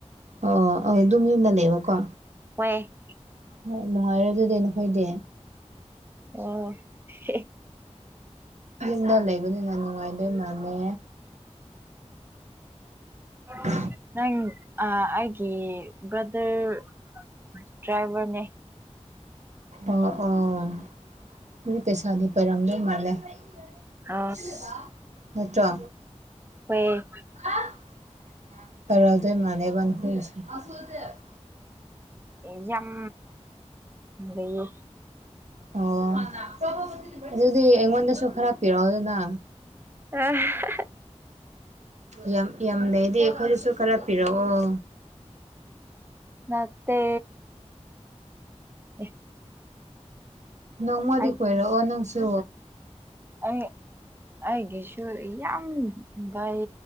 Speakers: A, on the right; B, on the right.
A: ꯑꯥ ꯑꯗꯨꯝ ꯌꯨꯝꯗ ꯂꯩꯕꯀꯣ
B: ꯍꯣꯏ
A: ꯌꯥꯝ ꯅꯨꯡꯉꯥꯏꯔꯦ ꯑꯗꯨꯗꯤ ꯅꯈꯣꯏꯗꯤ
B: ꯑꯣ ꯍꯦ <inaudible>
A: ꯌꯨꯝꯅ ꯂꯩꯕꯅꯤꯅ ꯅꯨꯡꯉꯥꯏꯗꯣꯏ ꯃꯥꯥꯟꯂꯦ <unintelligible>
B: <unintelligible> ꯅꯪ ꯑ ꯑꯩꯒꯤ ꯕ꯭ꯔꯗꯔ <inaudible> ꯗ꯭ꯔꯥꯏꯚꯔꯅꯦ
A: ꯑꯥ ꯑꯥ ꯑꯗꯨꯗꯤ ꯄꯩꯁꯥꯗꯤ ꯄꯥꯏꯔꯝꯗꯣꯏ ꯃꯥꯜꯂꯦ <unintelligible>
B: ꯑ
A: ꯅꯠꯇ꯭ꯔꯣ
B: ꯍꯣꯏ
A: <unintelligible> ꯄꯥꯏꯔꯜꯗꯨꯏ ꯃꯥꯜꯂꯦꯕ ꯅꯈꯣꯏꯁꯦ <unintelligible>
B: ꯑꯦꯌꯥꯝ <unintelligible>
A: ꯑꯣ <unintelligible> ꯑꯗꯨꯗꯤ ꯑꯩꯉꯣꯟꯗꯁꯨ ꯈꯔ ꯄꯤꯔꯛꯑꯣꯗꯅꯥ
B: ꯑꯦ ꯍꯦꯍꯦ
A: ꯌꯥꯝ ꯌꯥꯝ ꯂꯩꯩꯔꯗꯤ ꯑꯩꯈꯣꯏꯗꯁꯨ ꯈꯔ ꯄꯤꯔꯛꯑꯣ
B: ꯅꯠꯇꯦ ꯑꯩ
A: ꯅꯣꯡꯃꯗꯤ
B: ꯑꯩ
A: ꯀꯣꯏꯔꯛꯑꯣ ꯅꯪꯁꯨ
B: ꯑꯩ ꯑꯩꯒꯤꯁꯨ ꯌꯥꯝ ꯕꯩ